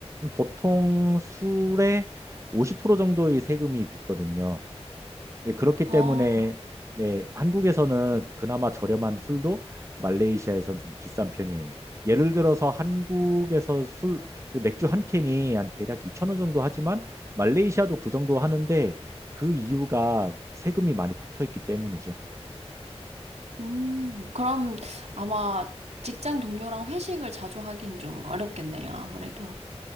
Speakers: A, on the right; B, on the right.
A: 보통 술에 50% 정도의 세금이 붙거든요. 네, 그렇기
B: 아,
A: 때문에 네, 한국에서는 그나마 저렴한 술도 말레이시아에선 좀 비싼 편이에요. 예를 들어서 한국에서 술 맥주 한 캔이 한 대략 2천 원 정도 하지만 말레이시아도 그 정도 하는데 그 이유가 세금이 많이 붙어 있기 때문이죠.
B: 음, 그럼 아마 직장 동료랑 회식을 자주 하긴 좀 어렵겠네요, 아무래도.